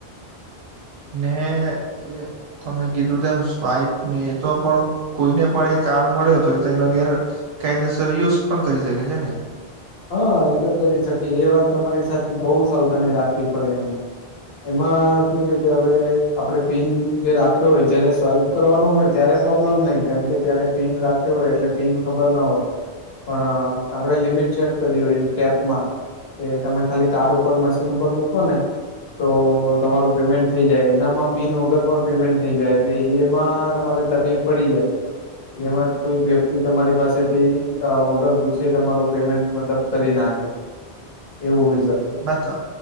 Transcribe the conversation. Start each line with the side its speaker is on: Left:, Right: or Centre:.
Right: ને. તમે કીધું તેમ સ્વાઈફ ને એ તો પણ કોઈને પણ એ કાર્ડ મળ્યો હતો એ તો એન ઘેર. કાયદેસર યુઝ પણ કરી શકે છે ને.
Left: હા એ તો કરી શકે એ વાત તમારી સાથે બહુ સાવધાની રાખવી પડે એમ. એમાં શું છે કે હવે આપડે પીન જે રાખ્યો હોય જયારે સ્વાઈપ કરવાનું હોય ત્યારે પ્રોબ્લેમ નહી કેમ કે ત્યારે પીન રાખ્યો હોય એટલે પીન ખબર ના હોય. પણ આપડે લિમિટ ચેક કરી હોય ટેપમાં, તે તમે ખાલી કાર્ડ ઉપર મશીન ઉપર મૂકો ને તો તમારું પેમેન્ટ થઈ જાય એનામાં પિન વગર પણ પેમેન્ટ થઈ જાય એટલે એમાં તમારે તકલીફ પડી જાય. એમાં કોઈ વ્યક્તિ તમારી પાસેથી વગર પૂછે તમારો પેમેન્ટ મતલબ કરી નાખે, એવું હોય. શકે
Right: મે તો